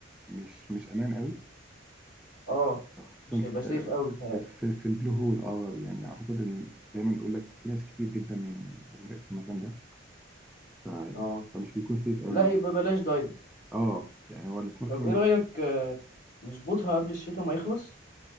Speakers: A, in the centre; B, on the left.
A: مش مش امان قوي
B: اه
A: خصوصا
B: مش هيبقى
A: في
B: سيف قوي بتهيألي
A: في في, في البلو هول اه يعني اعتقد ان دايما بيقول لك في ناس كتير جدا غرقت في المكان ده ف...
B: اه
A: فمش بيكون سيف قوي
B: لا
A: انك
B: يبقى بلاش دايفنج
A: اه يعني هو السنوركلينج
B: طب ايه رأيك آه، نظبطها قبل الشتاء ما يخلص